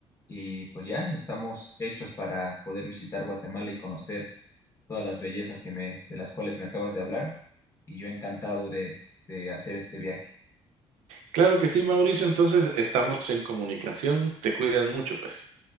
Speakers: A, on the left; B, on the right.
A: y pues ya estamos hechos para poder visitar Guatemala y conocer todas las bellezas que me, de las cuales me acabas de hablar y yo encantado de, de hacer este viaje.
B: Claro que sí, Mauricio. Entonces, estamos en comunicación. Te cuidas mucho, pues.